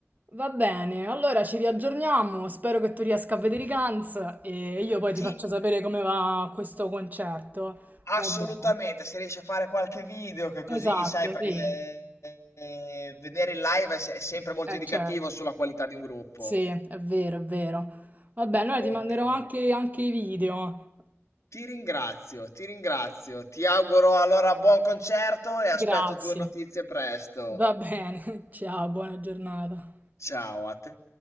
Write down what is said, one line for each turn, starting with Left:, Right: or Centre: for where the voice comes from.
Right: Va bene, allora ci riaggiorniamo, spero che tu riesca a vedere i Guns e io poi ti
Left: Ti,
Right: faccio sapere come va questo concerto.
Left: Assolutamente,
Right: Va bene,
Left: se riesci a fare qualche video che così
Right: esatto,
Left: sai, perché
Right: sì,
Left: eh, vedere il live è, se- è sempre molto
Right: eh
Left: indicativo
Right: certo,
Left: sulla qualità di un gruppo.
Right: sì, è vero, è vero. Va bene, allora
Left: Ok.
Right: ti manderò anche anche i video.
Left: Ti ringrazio, ti ringrazio. Ti auguro allora buon concerto e
Right: Grazie,
Left: aspetto tue notizie presto.
Right: va bene, <laughs> ciao, buona giornata.
Left: Ciao a te.